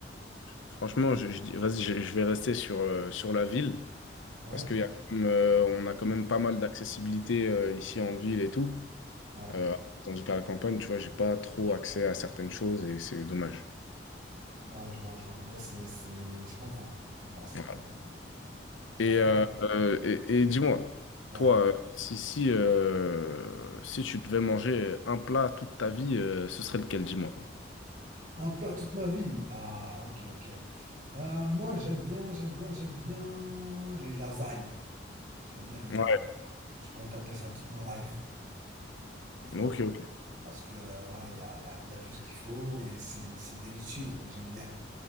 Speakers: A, on the left (about 85°); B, on the right (about 45°).
A: Franchement, je, je dis- vas-y, je, je vais rester sur, euh, sur la ville
B: Ouais,
A: parce qu'il y a quand même, euh, on a quand même pas mal d'accessibilité euh, ici en ville et tout.
B: ouais,
A: Euh, tandis qu'à la campagne, tu vois, j'ai pas trop accès à certaines choses et c'est dommage.
B: ouais, je vois, je vois. Ouais, c'est, c'est... Je comprends, je comprends, c'est
A: Voilà.
B: tout à fait normal.
A: Et,
B: Ouais, écoute,
A: euh, euh, et, et dis-moi,
B: ouais.
A: toi, euh, si, si, euh, si tu devais manger un plat toute ta vie, euh, ce serait lequel, dis-moi?
B: Un plat toute ma vie. Ah, ok, ok. Euh, moi, j'aime bien, j'aime bien, j'aime bien les lasagnes. J'aime bien les
A: Ouais,
B: lasagnes. Je pourrais taper ça toute ma life. C'est
A: ok,
B: pas mal.
A: ok,
B: Parce que euh, voilà, il y a, il y a- il y a tout ce qu'il faut et c'est c'est délicieux. Moi, j'aime bien.